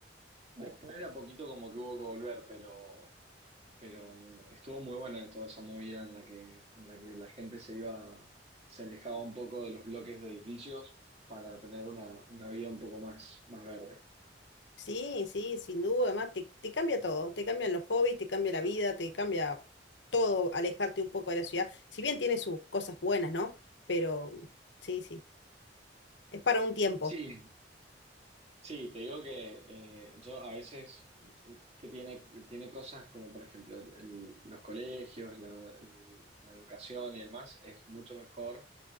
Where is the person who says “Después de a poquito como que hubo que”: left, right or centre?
Right